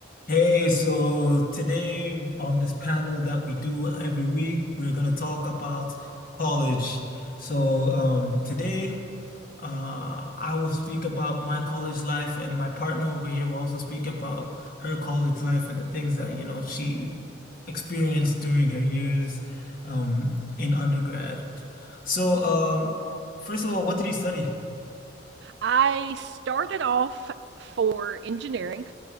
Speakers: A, on the left (about 45°); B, on the right (about 60°).
A: Hey, so today on this panel that we do every week, we're going to talk about college. So, um, today, uh, I will speak about my college life, and my partner over here will also speak about her college life and the things that, you know, she experienced during her years, um, in undergrad. So, um, first of all, what did you study?
B: I started off for engineering.